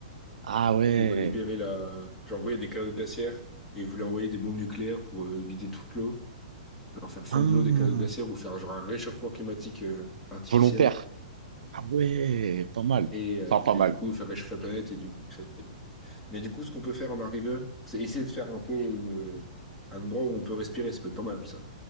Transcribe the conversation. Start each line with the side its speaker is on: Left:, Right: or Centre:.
Right: Ah ouais.
Centre: pour libérer la. Genre, oui, il y a des calottes glaciaires et ils voulaient envoyer des bombes nucléaires pour euh, vider toute l'eau, leur faire fondre
Right: Ah.
Centre: l'eau des calottes glaciaires ou faire genre un réchauffement climatique euh, artificiel
Right: volontaire. Ah ouais, pas mal.
Centre: et, euh,
Right: Enfin, pas
Centre: et
Right: mal.
Centre: du coup faire réchauffer la planète et du coup que ça crée. de- l'eau. Mais du coup, ce qu'on peut faire en arrivant, c'est essayer de faire un peu une... un endroit où on peut respirer. Ça peut être pas mal ça.